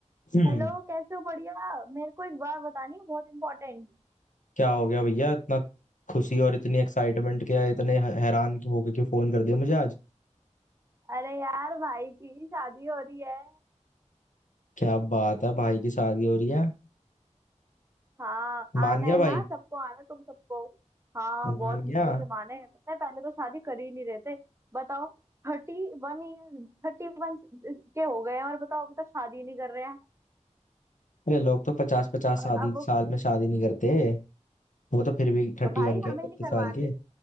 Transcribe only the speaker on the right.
Hello कैसे हो बढ़िया मेरे को एक बात बतानी है बहुत इम्पोर्टेंट
अरे यार भाई की भी शादी हो रही है
हाँ
आना
है
हाँ सबको आना तुम सबको हाँ
बहुत मुश्किल
से माने हैं पता है पहले तो शादी कर ही नहीं रहे थे बताओ थर्टी वन ईयर थर्टी वन के हो गए हैं और बताओ अभी तक शादी नहीं कर रहे हैं
और
अब
भाई
हमें
नहीं करवानी